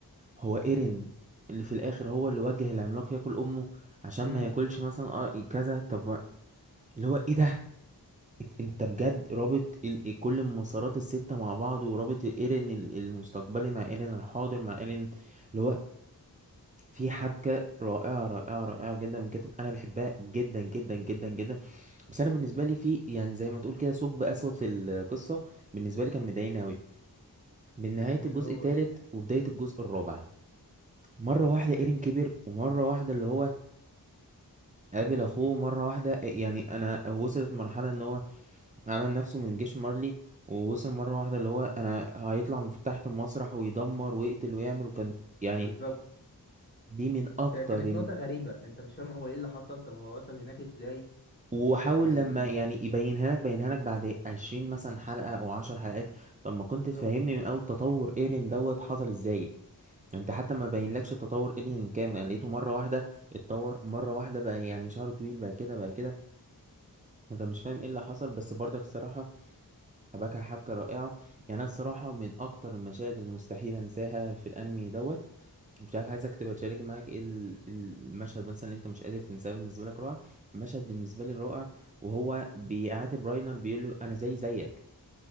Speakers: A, on the right; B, on the left.
A: هو ايرين اللي في الاخر هو اللي وجه العملاق ياكل امه عشان
B: امم
A: ما ياكلش مثلا آه كذا طب ما- اللي هو ايه ده إن- انت بجد رابط ال... ال- كل المسارات السته مع بعض ورابط ايرين ال- المستقبلي مع ايرين الحاضر مع ايرين اللي هو في حبكه رائعه رائعه رائعه جدا من كتب انا بحبها جدا جدا جدا جدا بس انا بالنسبه لي في يعني زي ما تقول كده ثقب اسود في القصه بالنسبه لي كان مضايقني قوي من نهايه
B: اللي
A: الجزء
B: هو
A: الثالث وبدايه الجزء الرابع مره واحده
B: امم
A: ايرين كبر ومره واحده اللي هو قابل اخوه مره واحده إيه، يعني انا وصلت مرحله ان هو عمل نفسه من جيش مارلي ووصل مره واحده اللي هو انا هيطلع من تحت المسرح ويدمر ويقتل ويعمل وكان يعني
B: بالظبط
A: دي من اكتر
B: هي كانت نقطة غريبة انت مش فاهم هو ايه اللي حصل طب هو وصل هناك ازاي
A: وحاول
B: يعني
A: لما يعني يبينها لك بينها لك بعد 20 مثلا حلقة او 10 حلقات طب ما كنت
B: بالظبط
A: تفهمني من اول تطور ايرين دوت حصل ازاي انت حتى ما بينلكش تطور ايرين كامل انا لقيته مرة واحدة اتطور مرة واحدة بقى يعني شعره طويل بقى كده بقى كده انت مش فاهم ايه اللي حصل بس برضك الصراحة حبكها حبكة رائعة يعني انا الصراحة من اكتر المشاهد المستحيل انساها في الانمي دوت مش عارف عايزك تبقى تشارك معاك ايه ال- المشهد مثلا اللي انت مش قادر تنساه بالنسبه لك رائع مشهد بالنسبه لي رائع وهو بيعاتب راينر بيقول له انا زي زيك